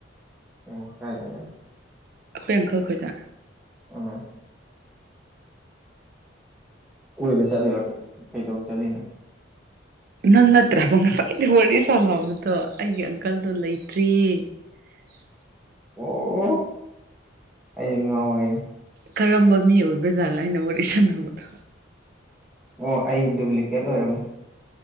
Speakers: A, in the centre; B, on the right.
A: ꯥꯑꯣ ꯀꯥꯏꯗ ꯂꯩ
B: ꯑꯈꯣꯏ ꯑꯪꯀꯜꯈꯣꯏꯗ
A: ꯑ ꯀꯣꯏꯕ ꯆꯠꯂꯤꯔꯣ ꯀ ꯀꯩꯗꯧ ꯆꯠꯂꯤꯅꯣ
B: ꯅꯪ ꯅꯠꯇ꯭ꯔꯕ ꯉꯁꯥꯏꯗꯩ ꯋꯥꯔꯤ ꯁꯥꯥꯟꯅꯕꯗꯣ ꯑꯩꯒꯤ ꯑꯪꯀꯜꯗꯣ ꯂꯩꯇ꯭ꯔꯦ <unintelligible>
A: ꯑꯣ ꯑꯩ ꯉꯥꯎꯔꯦꯅꯦ
B: ꯀꯔꯝꯕ ꯃꯤ ꯑꯣꯏꯕ ꯖꯥꯠꯂꯥ ꯑꯩꯅ ꯋꯥꯔꯤ ꯁꯥꯟꯅꯕꯗꯣ
A: ꯑꯣ ꯑꯩ ꯗꯨꯄ꯭ꯂꯤꯀꯦꯠ ꯑꯣꯏꯔꯝꯅꯤ